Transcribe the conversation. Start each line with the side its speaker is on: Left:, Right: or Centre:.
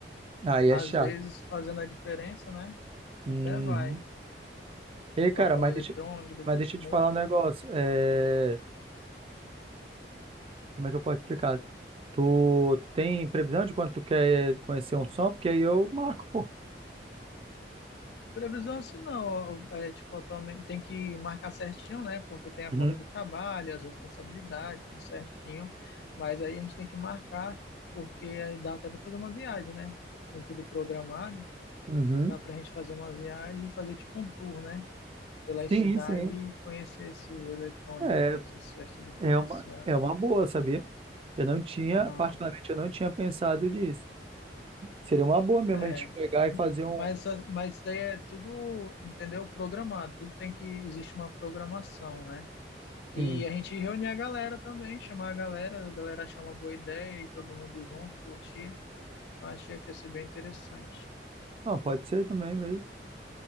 Right: Aí
Left: às
Right: é chato.
Left: vezes fazendo a diferença, né?
Right: Uhum.
Left: Até vai.
Right: Ei, cara,
Left: Toca
Right: mas
Left: um eletrônico,
Right: deixa,
Left: depois
Right: mas deixa
Left: muda.
Right: eu te falar um negócio. É, como é que eu posso explicar? Tu tem previsão de quando tu quer conhecer um som? Porque aí eu marco, pô.
Left: Previsão assim não. ó, É, tipo, eu também tem que marcar certinho, né? Porque tem a
Right: Uhum,
Left: conta do trabalho, as responsabilidades, tudo certinho. Mas aí a gente tem que marcar, porque aí dá até para fazer uma viagem, né? Com tudo programado,
Right: uhum.
Left: dá pra gente fazer uma viagem e fazer tipo um tour, né? pelas
Right: Sim,
Left: cidades
Right: sim.
Left: e conhecer esses eletrônicos,
Right: É,
Left: essas festas diferenciadas.
Right: é uma, é uma boa, sabia? Eu não tinha,
Left: Aham,
Right: particularmente, eu não tinha pensado nisso. Seria uma boa mesmo
Left: É.
Right: a gente pegar e fazer um.
Left: Mas, a- mas é tudo, entendeu? Programado, tudo tem que existe uma programação, né?
Right: Sim.
Left: E a gente reunir a galera também, chamar a galera, a galera achar uma boa ideia e todo mundo junto curtir. Eu achei que ia ser bem interessante,
Right: Não, pode ser também mesmo.